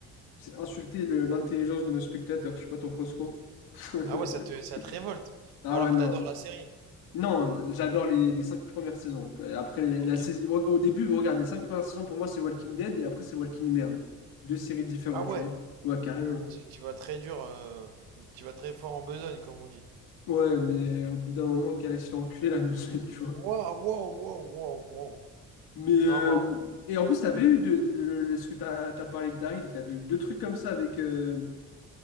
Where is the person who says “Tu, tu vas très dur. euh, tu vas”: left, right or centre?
Right